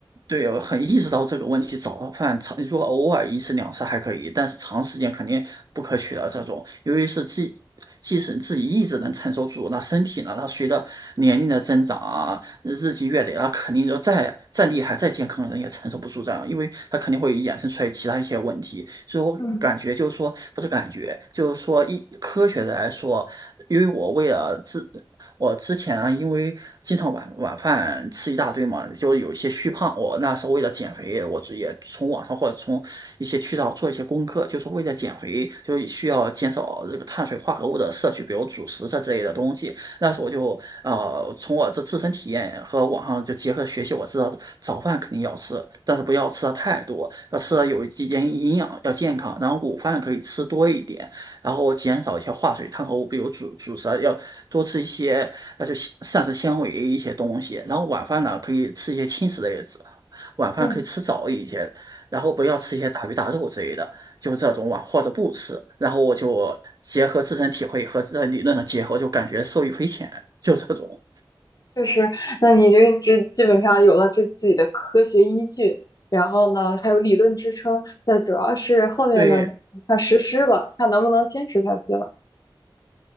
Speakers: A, on the right; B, on the left.
A: 对我很意识到这个问题，早饭长如果偶尔一次两次还可以，但是长时间肯定不可取的这种。由于是自，即使自己意志能承受住，那身体呢，它随着年龄的增长啊，日积月累啊，肯定就再再厉害、再健康的人也承受不住这样，因为它肯定会衍生出来其他一些问题。所以我感觉就是说，
B: 嗯
A: 不是感觉，就是说一科学的来说，因为我为了自。我之前啊，因为经常晚晚饭吃一大堆嘛，就有一些虚胖。我那时候为了减肥，我直也从网上或者从一些渠道做一些功课，就是为了减肥，就需要减少这个碳水化合物的摄取，比如主食这之类的东西。那时候我就呃，从我这自身体验和网上就结合学习，我知道早饭肯定要吃，但是不要吃的太多，要吃的有几间营养，要健康。然后午饭可以吃多一点，然后减少一些化水碳合物，比如主主食要多吃一些，那就膳食纤维一些东西。然后晚饭呢，可以吃一些轻食类的，晚饭可以吃早一些，
B: 嗯，
A: 然后不要吃一些大鱼大肉之类的，就这种晚或者不吃。然后我就结合自身体会和这理论的结合，就感觉受益匪浅，就这种。
B: 确实。那你就这基本上有了这自己的科学依据，然后呢还有理论支撑，那主要是后面呢就看实施了，
A: 对，
B: 看能不能坚持下去了。